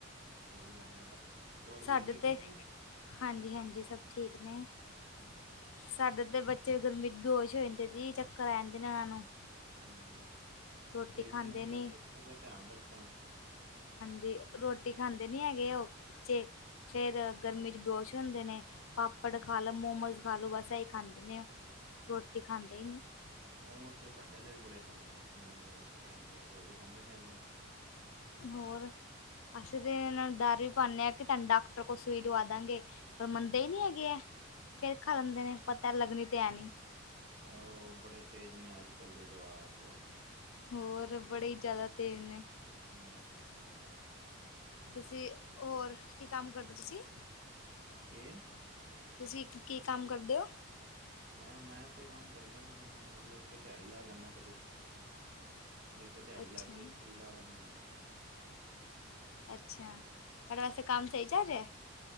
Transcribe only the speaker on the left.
ਸਾਡੇ
ਤੇ
ਹਾਂਜੀ ਹਾਂਜੀ, ਸਭ ਠੀਕ ਨੇ
ਸਾਡਾ ਤੇ ਬੱਚੇ ਗਰਮੀ ਬੇਹੋਸ਼ ਹੋ ਜਾਂਦੇ ਜੀ, ਚੱਕਰ ਆ ਜਾਂਦੇ ਨੇ ਉਹਨਾਂ ਨੂੰ।
ਰੋਟੀ
ਖਾਂਦੇ
ਨੀ
ਤੇ ਰੋਟੀ
ਖਾਂਦੇ ਨੀ ਹੈਗੇ ਉਹ ਬੱਚੇ, ਫਿਰ ਗਰਮੀ ਚ ਬੇਹੋਸ਼ ਹੁੰਦੇ ਨੇ। ਪਾਪੜ
ਖਾ ਲੋ, ਮੋਮੋਸ ਖਾ ਲੋ, ਬਸ ਇਹੀ ਖਾਂਦੇ ਨੇ। ਰੋਟੀ ਖਾਂਦੇ ਹੀ ਨਹੀਂ
ਹੋਰ ਅਸੀਂ ਤਾਂ ਇਹਨਾਂ ਨੂੰ ਡਰ ਵੀ ਪਾਉਦੇ ਹਾਂ ਕਿ ਤਹਾਨੂੰ ਡਾਕਟਰ ਕੋਲ ਸੂਈ ਲਵਾ ਦਾਂਗੇ। ਪਰ ਮੰਨਦੇ ਹੀ ਨਹੀਂ ਹੈਗੇ ਏਹ, ਫੇਰ ਖਾਂਦੇ ਨੇ ਪਤਾ ਲੱਗਣੀ ਤੇ ਐਂ ਨੀ।
ਹੋਰ ਬੜੇ ਹੀ ਜ਼ਿਆਦਾ ਤੇਜ਼ ਨੇ।
ਤੁਸੀਂ ਹੋਰ ਕੀ ਕੰਮ ਕਰਦੇ ਹੋ ਤੁਸੀਂ?
ਤੁਸੀਂ ਕੀ ਕੰਮ ਕਰਦੇ ਹੋ?
ਅੱਛਾ
ਅੱਛਾ, ਤੁਹਾਡੇ ਵੈਸੇ ਕੰਮ ਸਹੀ ਚੱਲ ਰਿਹਾ ਏ